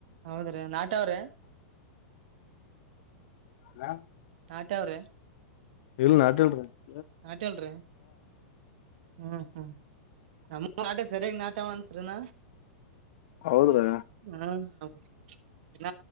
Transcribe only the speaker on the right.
ಹೌದ್ರೀ ನಾಟ್ಯಾವ್ರೆ.
ನಾಟ್ಯಾವ್ರೆ.
ನಾಟಿಲ್ರಿ. ಹ್ಮ್ ಹ್ಮ್ ನಮ್ಮು ನಾಟಿ ಸರಿಯಗ್ ನಾಟ್ಯವಂತ. ತ್ರಿನಾ
ಹಾ ಹೀನ